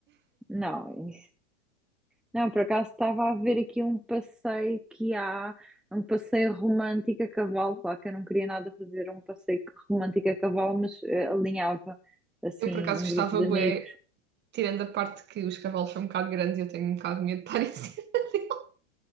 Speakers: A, in the centre; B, on the right (about 30°).
A: Não, isso- não, por acaso estava a ver aqui um passeio que há, um passeio romântico a cavalo. Claro que eu não queria nada fazer um passeio romântico a cavalo, mas eh, alinhava assim
B: Eu, por acaso,
A: um
B: gostava
A: grupo de
B: bué,
A: amigos.
B: tirando a parte que os cavalos são um bocado grandes e eu tenho um bocado de medo de estar em cima.